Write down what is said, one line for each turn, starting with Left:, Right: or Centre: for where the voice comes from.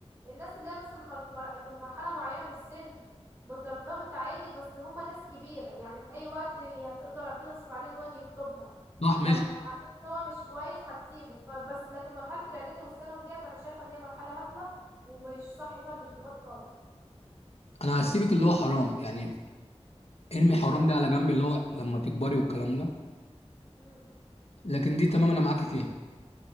Right: الناس اللي هي مثلا مخ- في مر... في مرحلة معينة من السن بترتبط عادي بس هما ناس كبيرة يعني في اي وقت هتقدر تغصب عليه ان هو يجي يخطبها
Left: صح ماشي
Right: لو حسيت ان هو مش كويس هتسيبه فبس لكن مرحلة الاعدادي والثانوي ديت انا شايفة ان هي مرحلة هبلة ومش صح فيها الارتباط خالص
Left: انا هسيبك اللي هو حرام يعني ارمي حرام ده على جنب اللي هو لما تكبري والكلام ده
Right: مم.
Left: لكن دي تمام انا معاكي فيها